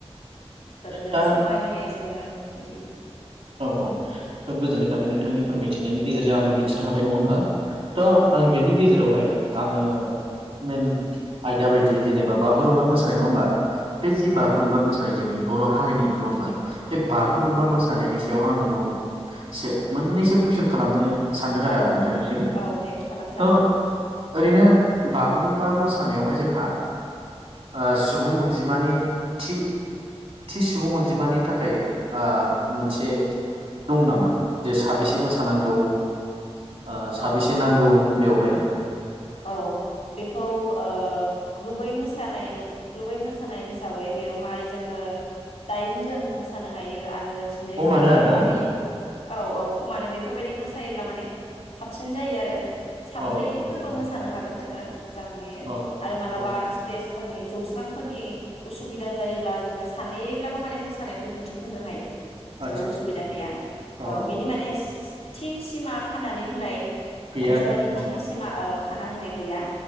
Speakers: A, on the left (about 75°); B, on the right (about 65°).
A: <unintelligible>
B: दा
A: समायनाय एस जोङो बिदि।
B: औ-औ खोब गोजोननाय थाबाय नोंथांनि फोरमायथिनायनि गेजेरजों आंबो मिथिनो हाबाय। नङा होमबा? थ'
A: औ
B: आं बिनि गेजेरावहाय आङो। मेन आयदा बायदि जेनेबा बागुरुम्बा मोसानाय। नङा होमबा? बे जि
A: औ
B: बागुरुम्बा मोसानाय जोंनि। बर' हारिनि नङाओमबा? बे बागुरुमबा
A: औ
B: मोसा बेनि सायाव आं नोंनावसो मोननैसो कुइसन खालामनो। सानदों आरो
A: औ-औ
B: आं नोंथांनिसिम
A: दे खालामजागोन।
B: थ' ओरैनो बागुरुम्बा मोसानायावहाय जोंहा ओ सुबुं अनजिमानि थि-थि सुबुं अनजिमानि थाखाय ओ मोनसे दं नामा जे साबैसे मोसानांगौ। ओ साबेसे
A: अ
B: नांगौ
A: अ
B: बेवहाय।
A: औ बेखौ ओ ग्रुबै मोसानाय ग्रुबै मोसानाय हिसाबै बेवहाय जोङो दाइनजोन मोसानो हायो आरो जिनैजोन
B: अ मानो आरोना
A: बेफोरबायदि औ औ खमानो बेफोरबायदि मोसायोब्ला माने साबसिन जायो आरो। साब्रै
B: औ अके
A: फोरबो
B: औ
A: मोस सानो हागोन जोङो जां नुयो
B: औ
A: आरो मालाबा
B: आदसा
A: स्टेज फोरनि जौस्रांफोरनि उसुबिदा जायोबा जोङो सानैब्लाबो माने मोसानायख दिन्थिफुंनो हायो। जेबो
B: आदसा
A: उसुबिदा गैया
B: औ
A: ओ
B: औ
A: बिनि मानेस थि सिमा खानानै होनाय
B: गैया
A: अनजिमानि
B: आरो नङा होमबा
A: थि सिमा ओ खाना होनाय गैया।